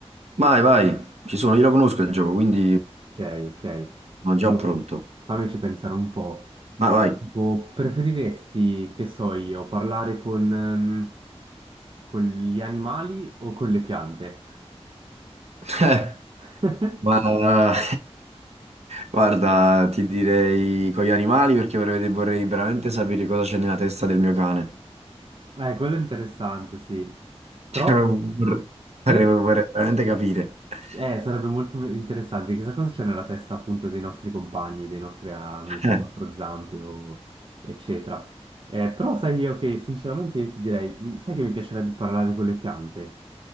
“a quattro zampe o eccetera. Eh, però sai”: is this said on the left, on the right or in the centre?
Right